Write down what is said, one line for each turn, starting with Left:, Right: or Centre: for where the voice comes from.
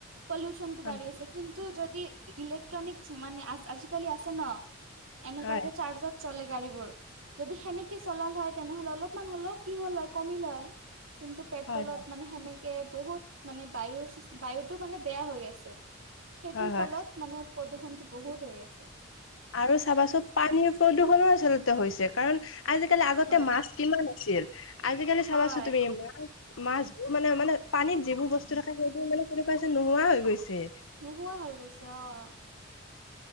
Right: পলিউচন টো
Left: হয়
Right: বাঢ়ি আছে। কিন্তু যদি ইলেক্ট্ৰনিক মানে আজিকালি আছে ন, এনেকুৱাকে
Left: হয়
Right: চাৰ্জত চলে গাড়ীবোৰ, যদি সেনেকে চলাল হয়, তেনেহ'লে অলপমান হ'লেও কি হল হয় কমিল লয়। কিন্তু পেট্ৰলত
Left: হয়
Right: মানে সেনেকে বহুত মানে বায়ুৰ বায়ুটো মানে বেয়া হৈ আছে। সেইটোৰ
Left: হয় হয়
Right: ফলত মানে প্ৰদূৰ্ষণতটো বহুত হৈ আছে।
Left: আৰু চাবাচোন পানীৰ প্ৰদূষণো আচলতে হৈছে, কাৰণ আজিকালি আগতে
Right: হয়
Left: মাছ কিমান আছিল। আজিকালি চাবাচো
Right: হয়
Left: তুমি ইমান মাছবোৰ মানে মানে পানীত যিবোৰ বস্তু থাকে, সেইবোৰ মানে কেনেকুৱা যে নোহোৱা হৈ গৈছে।
Right: নোহোৱা হৈ গৈছে অঁ।